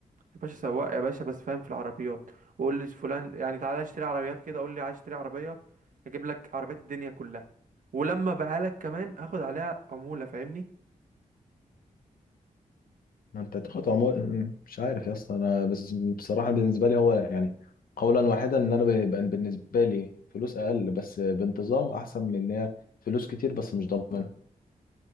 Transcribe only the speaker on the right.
يا باشا سواق يا باشا بس فاهم في العربيات وقول لي فلان يعني تعالى اشتري عربيات كده قول لي عايز اشتري عربيه اجيب لك عربيات الدنيا كلها ولما بيعها لك كمان هاخد عليها عموله فاهمني